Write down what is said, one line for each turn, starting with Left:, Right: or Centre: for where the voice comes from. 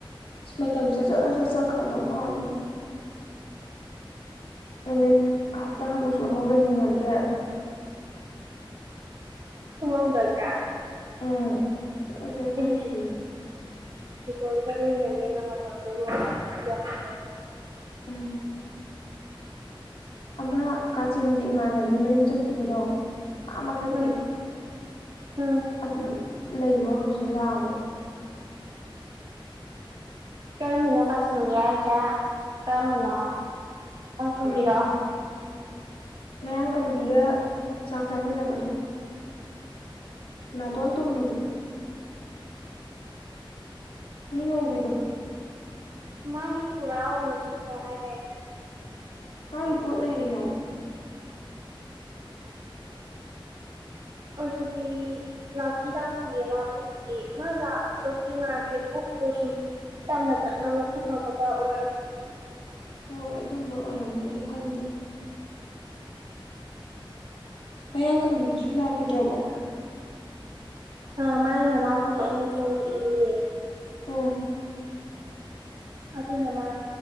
Left: ꯃꯇꯝꯁꯦ ꯖꯔ ꯖꯔ ꯆꯠꯈ꯭ꯔꯗꯧ ꯃꯥꯜꯂꯤꯉꯣ ꯅꯨꯃꯤꯠ ꯍꯞꯇꯥꯃꯨꯛꯁꯨ ꯑꯃꯨꯛ ꯂꯩꯃꯤꯟꯅꯗ꯭ꯔꯦ
Right: ꯈꯪꯍꯧꯗꯥꯏꯅꯦ
Left: ꯎꯝ ꯖꯔ ꯖꯔ ꯆꯠꯈꯤ
Right: ꯑꯌꯨꯁꯤ ꯏꯇꯣꯝꯇꯅꯤꯅꯥ ꯂꯦꯟꯅ ꯃꯇꯝꯗꯕꯨ ꯒꯌ꯭ꯥꯟ
Left: ꯎꯝ ꯑꯃ ꯀꯥꯆꯤꯟꯒꯤ ꯏꯃꯥꯟꯅꯕꯤ ꯃꯌꯨꯝ ꯆꯠꯈꯤꯕꯗꯣ ꯑꯥ ꯃꯊꯛꯀꯤ
Right: ꯎꯝ ꯎꯝ
Left: ꯑꯗꯨ ꯂꯩꯕ꯭ꯔꯣ ꯍꯧꯖꯤꯛ ꯂꯥꯛꯑꯕꯣ
Right: ꯀꯔꯝꯕꯅꯣ ꯀꯆꯤꯟꯒꯤ ꯍꯥꯏꯁꯦ ꯀꯔꯝꯕꯅꯣ ꯑꯧ ꯀꯪꯕꯤꯔꯣ
Left: ꯎꯝ ꯃꯌꯥꯡ ꯀꯪꯕꯤꯒ ꯆꯥꯛ ꯆꯥꯃꯤꯟꯅꯕꯗꯣ ꯅꯇꯣꯟ ꯇꯨꯝꯕꯤꯗꯨ ꯃꯤ ꯉꯧꯕꯤꯗꯣ
Right: ꯃꯥꯗꯤ ꯄꯨꯔꯥ ꯑꯣꯏꯅ ꯆꯠꯈꯔ꯭ꯦ ꯍꯥꯏꯗꯥꯏꯅꯦ
Left: ꯃꯥꯒꯤ ꯄꯣꯠ ꯂꯩꯔꯤ ꯍꯥꯏ
Right: ꯑꯗꯨꯗꯤ ꯂꯥꯛꯇꯤ ꯂꯥꯛꯇꯤꯌꯦ ꯂꯥꯛꯄꯥ ꯎꯗꯤꯌꯦ ꯃꯥ ꯂꯥꯀꯇꯧꯗꯤ ꯃꯥꯟꯗꯔ꯭ꯦꯕꯨ ꯑꯩ ꯁꯨꯝ ꯇꯞꯅꯥ ꯇꯞꯅꯥ ꯂꯧꯐꯨꯠ ꯇꯧꯕꯒꯥ ꯑꯣꯏꯔꯝꯅꯤ
Left: ꯍꯣꯏ ꯑꯗꯨꯝꯕ ꯑꯣꯏꯔꯝꯕꯩꯗꯤ ꯈꯪꯗꯦ ꯃꯌꯥꯡ ꯀꯪꯕꯤꯗꯨꯁꯨ ꯂꯥꯛꯈꯤꯗ꯭ꯔꯕꯣ
Right: ꯑ ꯃꯥꯏ ꯃꯅꯥꯎꯄꯤ ꯑꯅꯤ ꯊꯣꯛꯂꯛꯏ
Left: ꯎꯝ
Right: ꯑꯗꯨꯅ ꯃꯥ